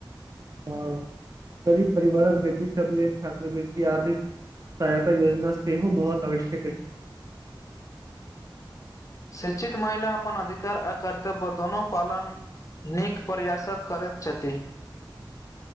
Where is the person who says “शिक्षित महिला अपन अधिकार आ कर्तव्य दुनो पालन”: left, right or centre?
Left